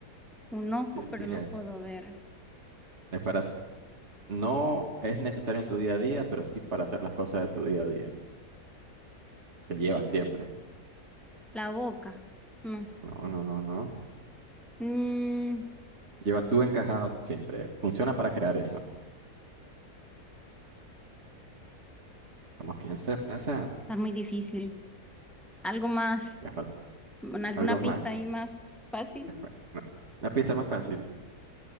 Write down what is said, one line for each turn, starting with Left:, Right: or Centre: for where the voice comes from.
Centre: Un ojo,
Right: Sí, sí,
Centre: pero no
Right: es
Centre: puedo ver.
Right: Es para, no es necesario en tu día a día, pero sí para hacer las cosas de tu día a día, que llevas siempre.
Centre: La boca. No.
Right: No, no, no, no.
Centre: Mm,
Right: Llevas tú encajado siempre. Funciona para crear eso. Vamos, piensa, piensa.
Centre: está muy difícil. ¿Algo más?
Right: Déjate.
Centre: ¿Alguna
Right: Algo más.
Centre: pista ahí más fácil?
Right: Qué fue- no. Una pista más fácil.